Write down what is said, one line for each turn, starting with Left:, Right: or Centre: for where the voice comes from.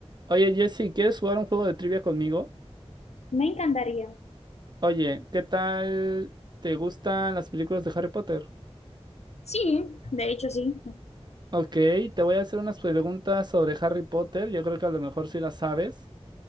Right: Oye, Jesse, ¿quieres jugar un juego de trivia conmigo?
Left: Me encantaría.
Right: Oye, ¿qué tal te gustan las películas de Harry Potter?
Left: Sí, de hecho sí.
Right: Ok, te voy a hacer unas preguntas sobre Harry Potter. Yo creo que a lo mejor sí las sabes,